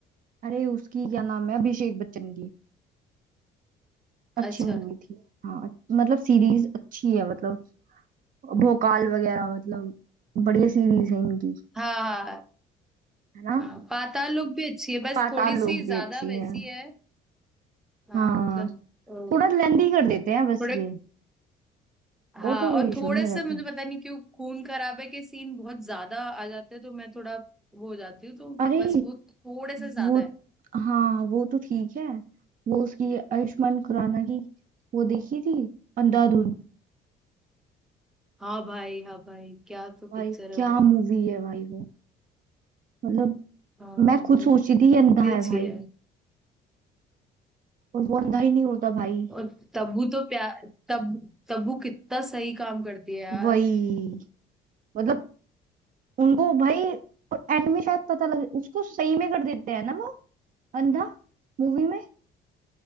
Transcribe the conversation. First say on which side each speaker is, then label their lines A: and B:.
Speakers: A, on the right (about 55°); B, in the centre.
A: अरे उसकी क्या नाम है अभिषेक बच्चन की अच्छी
B: अच्छा
A: मूवी थी हाँ मतलब सीरीज अच्छी है मतलब भोकाल वगैरह मतलब बढ़िया सीरीज है इनकी
B: हाँ हाँ
A: है ना
B: हाँ, पाताल लोक भी अच्छी है बस
A: पाताल
B: थोड़ी
A: लोक
B: सी
A: भी
B: ज्यादा
A: अच्छी
B: वैसी
A: है
B: है हाँ
A: हाँ
B: मतलब अ,
A: थोड़ा लेंदी कर देते हैं बस
B: थोड़े
A: ये
B: हाँ
A: और तो कोई
B: और
A: इशू
B: थोड़े
A: नहीं रहता
B: से मुझे पता नहीं क्यों खून खराबे के सीन बहुत ज्यादा आ जाते हैं तो मैं थोड़ा वो हो जाती हूँ तो
A: अरे
B: बस वो थोड़े से ज्यादा
A: वो
B: है
A: हाँ वो तो ठीक है वो उसकी आयुष्मान खुराना की वो देखी थी अंधाधुन
B: हाँ भाई हाँ भाई क्या तो पिक्चर
A: भाई
B: है
A: क्या
B: वो
A: मूवी है भाई वो मतलब
B: हाँ
A: मैं खुद
B: बहुत
A: सोचती थी ये अंधा
B: ही
A: है
B: अच्छी
A: भाई
B: है
A: और वो अंधा ही नहीं होता भाई
B: और तब्बू तो प्यार तब तब्बू कितना सही काम करती है यार
A: वही मतलब उनको भाई और एंड में शायद पता लगे उसको सही में कर देते हैं ना वो अंधा मूवी में